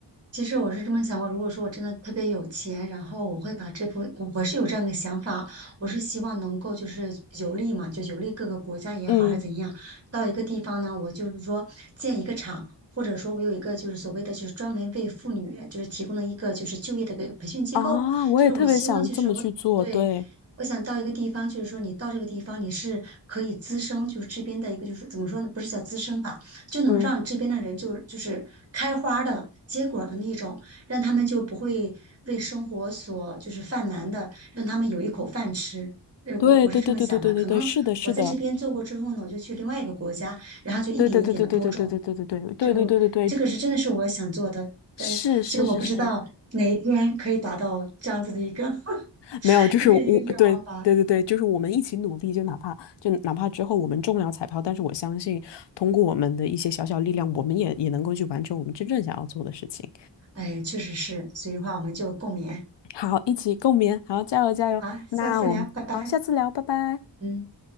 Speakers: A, on the right; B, on the left.
A: 其实我是这么想过，如果说我真的特别有钱，然后我会把这部，我我是有这样的想法，我是希望能够就是游历嘛，就游历各个国家也好，
B: 嗯，
A: 还是怎样，到一个地方呢，我就是说建一个厂，或者说我有一个就是所谓的就是专门为妇女就是提供的一个就是就业的一个培训机构，
B: 啊，我也特别想这么去做，
A: 就是我希望就是我对。
B: 对，
A: 我想到一个地方，就是说你到这个地方，你是可以滋生，就是这边的一个，就是怎么说呢？不是叫滋生吧，就能让这边的人就就是开花的结果的那种，
B: 嗯，
A: 让他们就不会为生活所就是犯难的，让他们有一口饭吃。呃，
B: 对对对对对对对对，
A: 我我是这么想的，可能我在这边做过之后呢，
B: 是的，是的，
A: 我就去另外一个国家，然后就一点一点的播种，
B: 对对对对对对对对对对对对对对对对，
A: 就这个是真的是我想做的，但所以我不知道哪一天可以达到这样子的一个
B: 是是是是，
A: <laughs>
B: 没有，就是我，
A: 一个一个愿望吧。
B: 对对对对，就是我们一起努力，就哪怕就哪怕之后我们中不了彩票，但是我相信通过我们的一些小小力量，我们也也能够去完成我们真正想要做的事情。
A: 哎，确实是，所以的话我们就共勉
B: 好，一起共勉，好，加油加油！
A: 啊，
B: 那我们好，
A: 下次聊，拜拜，
B: 下次聊，拜拜。
A: 嗯。